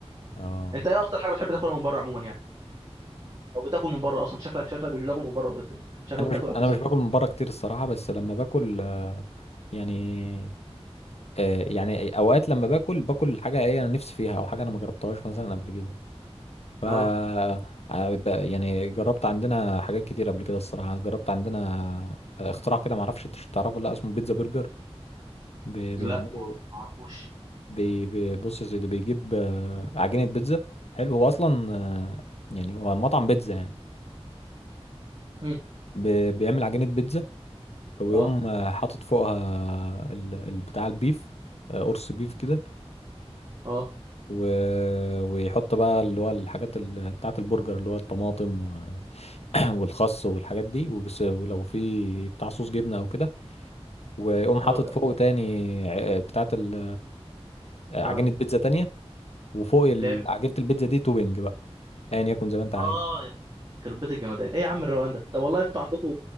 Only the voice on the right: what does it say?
انت ايه اكتر حاجه بتحب تاكلها من بره عموما يعني او بتاكل من بره اصلا شكلك شكلك مش بتاكل من بره بت... شكلك
بتاكل
اكل
صحي
اه
لا ما ما اعرفوش
مم.
اه
اه
اه
طب
اه
جامد
اه يا خربت بيت الجمدان ايه يا عم الروقان ده طب والله انتوا عندكم